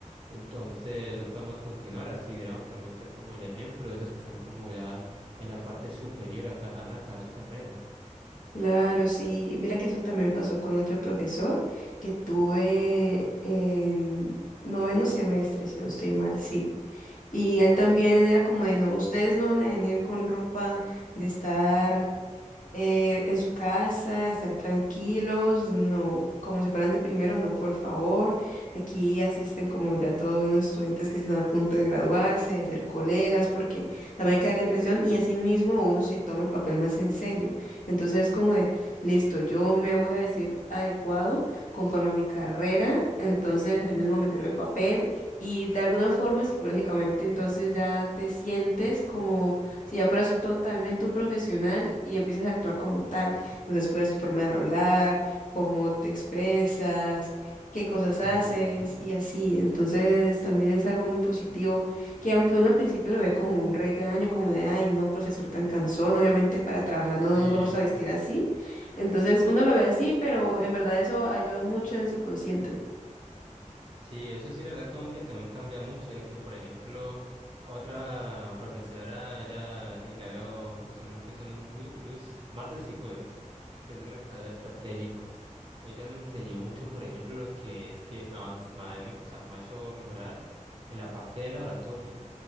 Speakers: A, on the right (about 40°); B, on the left (about 75°).
A: Entonces, no podemos continuar así. Deberíamos también ser como el ejemplo de esos que están como ya en la parte superior acá, acá a su carrera.
B: Claro, sí. Mira que eso también me pasó con otro profesor que tuve en noveno semestre, si no estoy mal, sí. Y él también era como de, no, ustedes no van a venir con ropa de estar eh, en su casa, estar tranquilos, no, como si fueran de primero, no, por favor. Aquí asisten como ya todos unos estudiantes que están a punto de graduarse, de ser colegas, porque también hay que dar la impresión y así mismo uno se toma el papel más en serio. Entonces es como de, listo, yo me voy a vestir adecuado conforme a mi carrera, entonces así mismo me creo el papel y de alguna forma psicológicamente entonces ya te sientes como si ya fueras totalmente un profesional y empiezas a actuar como tal, entonces cuidas tu forma de hablar, cómo te expresas, qué cosas haces
A: Ujú.
B: y así. Entonces también es algo muy positivo que aunque uno al principio lo ve como un regaño, como de, ay, no, profesor tan cansón, obviamente para trabajar no
A: Sí.
B: nos vamos a vestir así. Entonces uno lo ve así, pero en verdad eso ayuda mucho en el subconsciente.
A: Sí, eso sí, la verdad, como que también cambia mucho, de que, por ejemplo, otra profesora, ella eh, la veo usualmente son los, mi- los martes y jueves, que es de mercadeo estratégico. Ella me enseñó mucho, por ejemplo, lo que es que me, avanz- me ha me- o sea, me ha hecho mejorar en la parte de la oratoria.